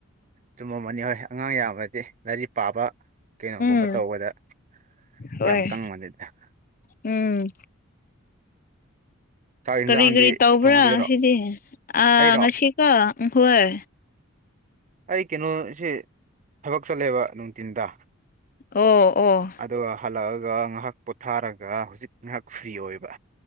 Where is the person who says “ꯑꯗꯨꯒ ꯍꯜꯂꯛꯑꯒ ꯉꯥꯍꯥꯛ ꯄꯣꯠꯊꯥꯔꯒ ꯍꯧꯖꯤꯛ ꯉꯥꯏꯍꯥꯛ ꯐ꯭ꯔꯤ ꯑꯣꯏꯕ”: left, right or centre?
Right